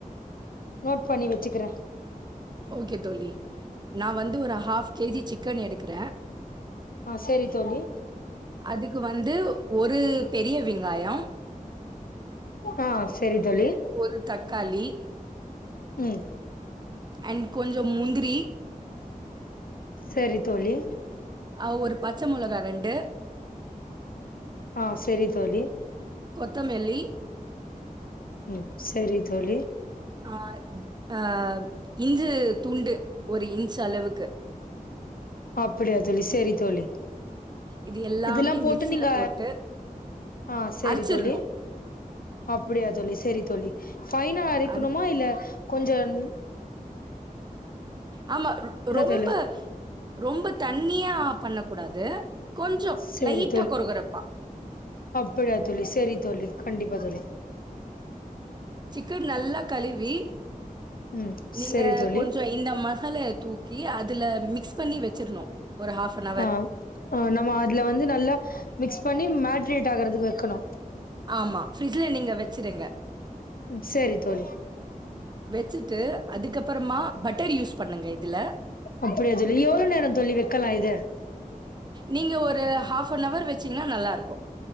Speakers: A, on the left; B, on the right.
A: நோட் பண்ணி வச்சுக்கறே
B: ஓகே தோழி நா வந்து ஒரு ஆப் கே ஜி சிக்கன் எடுக்கற
A: ஆ சரி தோழி
B: அதுக்கு வந்து ஒரு பெரிய வெங்காயம்
A: ஆ சரி தோழி
B: ஒரு தக்காளி
A: உம்
B: அண்ட் கொஞ்ச முந்திரி
A: சரி தோழி
B: அவ் ஒரு பச்சை மிளகா ரெண்டு
A: ஆஹ் சேரி தோழி
B: கொத்தமெல்லி
A: ம் செரி தோழி
B: ஆ ஆ இஞ்சு தூண்டு ஒரு இன்ச் அளவுக்கு
A: அப்டியா தோழி செரி தோழி
B: இது எல்லாமே
A: இதுல்லா போட்டு
B: மிக்ஸில
A: நீங்க
B: போட்டு
A: ஆ செரி
B: அரைச்சிரணும்.
A: தோழி அப்டியா தோழி சரி தோழி ஃபைனா அரைக்கணுமா
B: அர
A: இல்ல கொஞ்சன்
B: ஆமா ரொ ரொம்ப
A: தோழி
B: ரொம்ப தனி தண்ணியா பண்ணக்கூடாது கொஞ்சோ
A: சரி
B: லைட்டா கொற கொறப்பா
A: படியா தோழி செரி தோழி கண்டிப்பா தோழி
B: சிக்கன் நல்லா கழுவி
A: ம்
B: நீங்க
A: சரி தோழி
B: கொஞ்சம் இந்த மசாலாய தூக்கி அதுல மிக்ஸ் பண்ணி வச்சிருணு ஒரு ஹாஃபனவர்
A: ஆ ஆ நம்ம அதுல வந்து நல்லா மிக்ஸ் பண்ணி மேட்ரியேட் ஆகுறதுக்கு வைக்கணு
B: ஆமா பிரிட்ஜில நீங்க வச்சிருங்க
A: ம் சரி தோழி
B: வெச்சுட்டு அதுக்கப்றமா பட்டர் யூஸ் பண்ணுங்க இதுல
A: அப்படியா தோழி எவ்ளோ நேரோ தோழி வைக்கலா இது
B: நீங்க ஒரு ஹாஃப் ஹாஃபனவர் வச்சீங்கனா நல்லாருக்கு